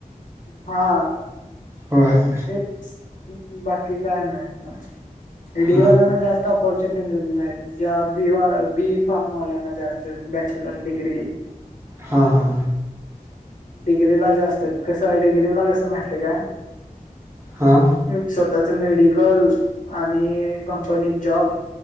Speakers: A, on the left; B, on the right.
A: हा.
B: होय.
A: तेच बाकी काय नाही ना डीवायला
B: हा
A: ना जास्त ऑपॉर्च्युनिटी नाही ज्या बी फॉ्म वाल्याना जास्त बॅचलर डिग्री. <unintelligible>
B: हा हा.
A: डिग्रीला जास्त आहेत कसं डिग्रीला कसं माहितय का?
B: हां.
A: स्वतःच मेडिकल आणि कंपनीत जॉब